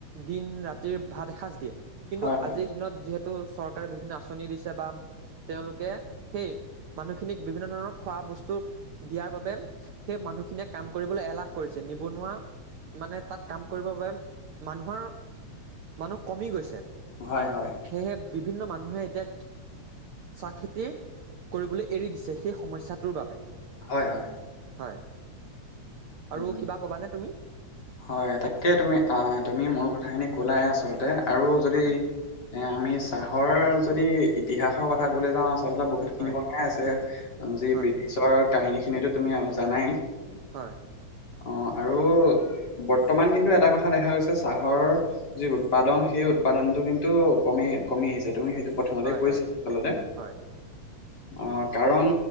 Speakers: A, on the right; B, on the left.
A: দিন ৰাতিৰ ভাত এসাঁজ দিয়ে। কিন্তু
B: হয় হয়
A: আজিৰ দিনত যিহেতু চৰকাৰে বিভিন্ন আঁচনি দিছে বা তেওঁলোকে সেই মানুহখিনিক বিভিন্ন ধৰণৰ খোৱা বস্তু দিয়াৰ বাবে সেই মানুহখিনিয়ে কাম কৰিবলৈ এলাহ কৰিছে। নিবনুৱা মানে তাত কাম কৰিবৰ বাবে মানুহৰ মানুহ কমি গৈছে।
B: হয়-হয়।
A: সেয়েহে বিভিন্ন মানুহে এতিয়া চাহ খেতিৰ কৰিবলৈ এৰি দিছে সেই সমস্যাটোৰ বাবে।
B: হয়-হয়।
A: হয়,
B: উম
A: আৰু কিবা কবানে তুমি?
B: হয় তাকে তুমি অ' তুমি মূল কথাখিনি কলাই আচলতে আৰু যদি
A: হয়
B: এ, আমি চাহৰ যদি ইতিহাসৰ কথা কবলৈ যাওঁ আচলতে বহু বহুতখিনি
A: হয়
B: কথাই আছে যি
A: হয়
B: ব্ৰিটিছৰ কাহিনী খিনিতো তুমি জানাই।
A: হয়।
B: অ আৰু বৰ্তমান কিন্তু এটা কথা দেখা গৈছে চাহৰ যি উৎপাদন সেই উৎপাদনটো কিন্তু কমি কমি আহিছে তুমি সেইটো প্ৰথমতে
A: হয়
B: কৰিছে
A: হয়
B: আচলতে
A: হয়
B: অ কাৰণ